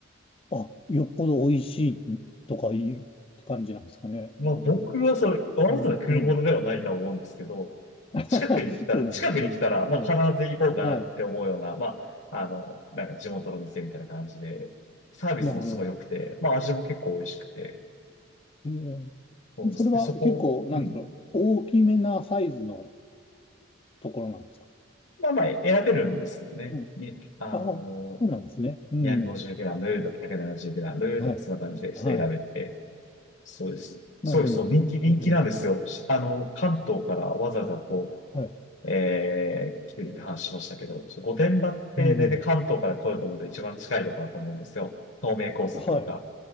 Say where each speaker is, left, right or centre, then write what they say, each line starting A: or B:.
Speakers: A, on the left (about 30°); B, on the left (about 65°).
A: あ、よっぽど美味しいとかいいって感じなんですかね。
B: まあ僕はそれ、わざわざ来るほどではないとは思うんですけど、
A: うん、うん。<laughs>
B: 近くに来たら、
A: そうなんですね。
B: 近くに来たら、まあ必ず行こうかなって思うような、
A: はい、はい。
B: まあ、あの、なんか地元の店みたいな感じで、サービスもすごい良くて、
A: なるほ
B: まあ味も結構美味しくて、
A: ど。えー
B: そうですで、
A: それは結構、
B: そこ、
A: なんですか、
B: うん。
A: 大きめなサイズのところなんですか。
B: まあまあ選べるんですけどね。
A: うん。
B: にあの、
A: ああ、そうなんですね。うん。
B: 2 5 0ムとか1 7 0ムとかそんな感じでして選べて、
A: はい。はい。
B: そうです。
A: なるほど、
B: そうです、そう、
A: なるほど。
B: 人気、人気なんですよ。
A: うん。
B: しあの、関東からわざわざこう、
A: はい。
B: えー、来てるって話しましたけど、ちょ御殿場ってで、
A: うん、うん。
B: で、関東から来ようと思うと一番近いところだと思うんですよ。東名高速とか、
A: はい。